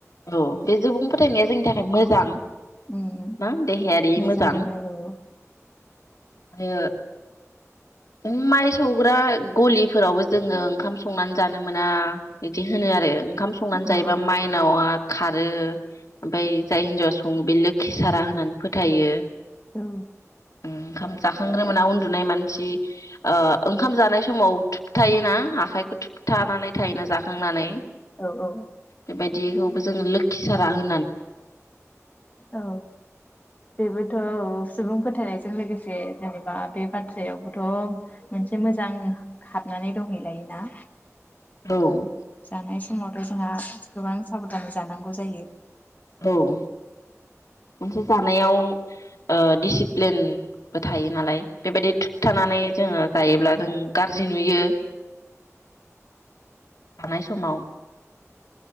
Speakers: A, on the left; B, on the left.
A: औ बे सुबुं फोथायनाया जोंनि थाखाय मोजां
B: उम
A: ना देहायारि
B: मोजाङानो
A: मोजां
B: औ
A: आरो उम माइ सौग्रा गलिफोरावबो जोङो ओंखाम संनानै जानो मोना बिदि होनो आरो। ओंखाम संनानै जायोबा
B: औ
A: माइ खारो ओमफफ्राय जाय हिन्जावा सङो बे लोखि सारा होननानै फोथायो।
B: औ
A: ओंखाम जाखांग्रा मोना उन नुनाय म <unintelligible> ओ ओंखाम जानाय समाव थुबथायोना आखाइखौ थुबथानानै थायोना जाखांनानै।
B: औ औ
A: बेबायदिखौबो जोङो लोखि सारा हो
B: औ बेबोथ' ओ सुबुं फोथायनायजों लोगोसे जेनेबा बे बाथ्रायावबोथ' मोनसे मोजां हाबनानै दंहैलायोना?
A: औ
B: जानाय समावथ' जोंहा गोबां साबधानै जानांगौ जायो।
A: औ मोनसे जानायाव दिडसिप्लिनबो थायो नालाय बेबायदि थुुब थानानै जोङो जायोब्ला जों गाज्रि नुयो। थानाय समाव